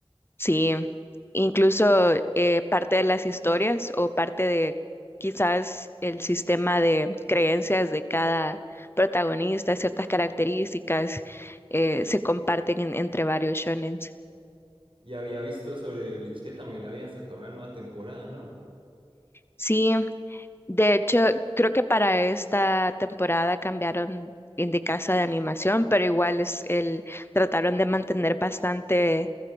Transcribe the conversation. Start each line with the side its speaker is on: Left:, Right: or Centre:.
Left: Sí, incluso eh, parte de las historias o parte de quizás el sistema de creencias de cada protagonista, ciertas características eh, se comparten en- entre varios shonens.
Right: Y había visto sobre Bleach que también le habían sacado una nueva temporada, ¿no?
Left: Sí, De hecho, creo que para esta temporada cambiaron en de casa de animación, pero igual es el, trataron de mantener bastante